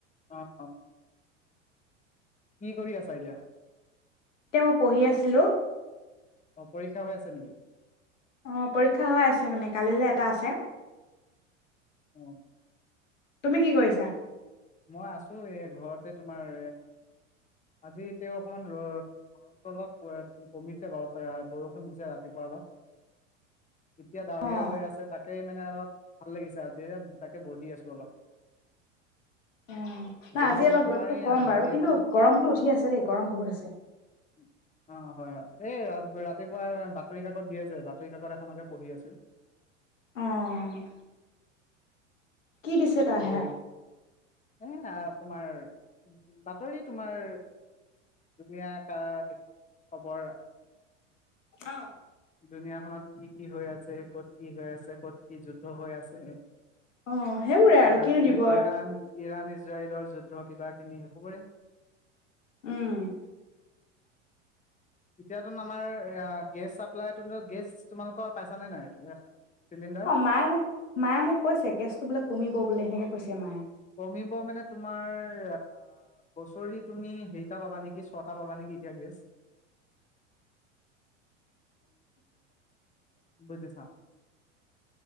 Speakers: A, on the left; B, on the left.
A: অ অ। কি কৰি আছা এতিয়া?
B: তেওঁ পঢ়ি আছিলো।
A: অ', পৰীক্ষা হৈ আছে নেকি?
B: অ', পৰীক্ষা হৈ আছে মানে কালিলৈ এটা আছে।
A: অ'।
B: তুমি কি কৰিছা?
A: মই আছো এই ঘৰতে তোমাৰ এ, আজি তেওঁ অকমান ৰ গৰমটো অলপ প উম কমিছে বাৰু তই বৰষুণ দিছে, ৰাতিপুৱা অলপ। এতিয়া ডাৱৰীয়া
B: অ',
A: হৈ আছে তাকে মানে অলপ ভাল লাগিছে আজি তাত তাকে বহি আছো অলপ।
B: অ, নাই
A: বহি
B: আজি
A: পেলাই
B: অলপ
A: তোমাৰ
B: ৰ'দটো
A: এই
B: কম
A: আ,
B: বাৰু
A: হেৰি
B: কিন্তু
A: এখন
B: গৰমটো উঠি আছে দেই গৰম বহুত আছে।
A: উম। অ, হয় হয়, এই ৰা ৰাতিপুৱা বাতৰি কাকত দিয়ে যে, বাতৰি কাকত এখনকে পঢ়ি আছিল।
B: অ'। কি দিছে? তাই
A: বহিত,
B: হাত?
A: এ না তোমাৰ, বাতৰি তোমাৰ ধুনীয়া তাৰ খবৰ
B: অ'।
A: দুুনীয়াখনত কি কি হৈ আছে? ক'ত কি হৈ আছে? ক'ত কি যুদ্ধ হৈ আছে?
B: অ', সেইবোৰে আৰু
A: ইৰা
B: কিনো দিব
A: ই
B: আৰু
A: ইৰাণ ইৰাণ ইজৰাইলৰ যুদ্ধ কিবাখিনি হো পৰে।
B: উম।
A: এতিয়াতো নামাৰ এয়া গেছ চাপ্লাই তহঁতৰ গেছ তোমালোকৰ পাইছা নে নাই? আ চিলিণ্ডা
B: অ', মায়ে মোক, মায়ে মোক কৈছে গেছটো বোলে কমিব বুলি সেনেকে কৈছে মায়ে।
A: কমিব মানে তোমাৰ আ বছৰি তুমি সেইটা পাবা নেকি ছটা পাবা নেকি এতিয়া গেছ? বুজিছা?